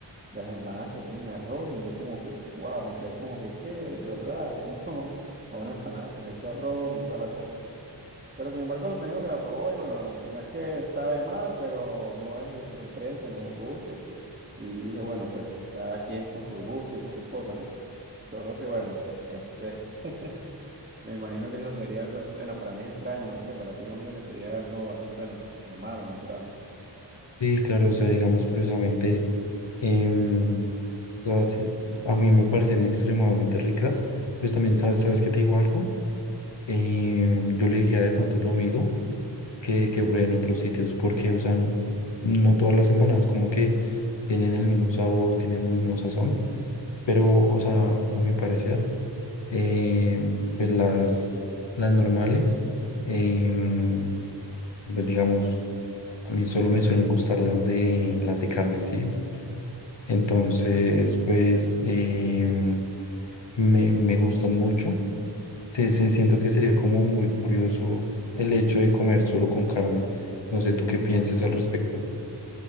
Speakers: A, on the right (about 20°); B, on the left (about 75°).
A: de las empanadas que tienen arroz y yo como que, wow, me quedé como que, ¿qué? ¿De verdad? ¿Cómo <laughs> a una empanada se le echa arroz y toda la cosa? Pero sin embargo él me dijo que la probó y bueno, no es que sabe mal, pero no es de su preferencia, no es de su gusto. Y dije, bueno, pues cada quien con su gusto y con su cosa, ¿no? Solo que bueno, este, <laughs> me imagino que eso sería algo, ex- bueno, para mí es extraño, no sé, para ti me imagino que sería algo bastante no- normal o natural.
B: sí, claro, o sea, digamos, curiosamente, em, las- es- a mí me parecen extremadamente ricas. Pues también, ¿sabes, sabes que te digo algo? Em, yo le diría de pronto a tu amigo que, que pruebe en otros sitios, porque, o sea, n- no todas las empanadas como que tienen el mismo sabor, tienen el mismo sazón, pero, o sea, a mi parecer, em, pues las, las normales, em, pues digamos, A mí solo me suelen gustar las de las de carne, ¿sí? Entonces, pues em, me, me gustan mucho. Sí, sí, siento que sería como muy curioso el hecho de comer solo con carne. No sé tú qué pienses al respecto.